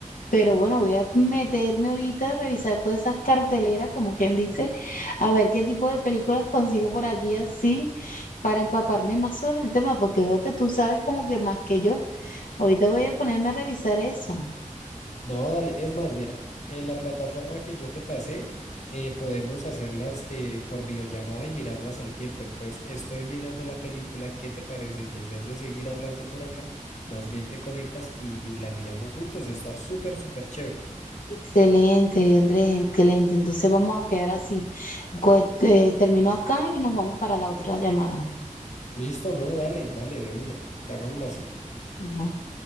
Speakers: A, on the left; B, on the left.
A: Pero bueno, voy a meterme ahorita a revisar todas esas carteleras, como quien dice, a ver qué tipo de películas consigo por allí así, para empaparme más sobre el tema, porque veo que tú sabes como que más que yo. Ahorita voy a ponerme a revisar eso.
B: No, dale, es más, mira, en la plataforma que yo te pasé, eh, podemos hacerlas eh, por videollamada y mirarlas al tiempo. Entonces, estoy mirando la película, ¿qué te parece si en vez de seguir hablando por acá, más bien te conectas y, y la miramos juntos? Está súper, súper chévere.
A: Excelente, Andrés, excelente. Entonces vamos a quedar así. Pues, eh, termino acá y nos vamos para la otra llamada.
B: Listo, no, dale, dale, de una, hagámoslo
A: Vale.
B: así.
A: Y no.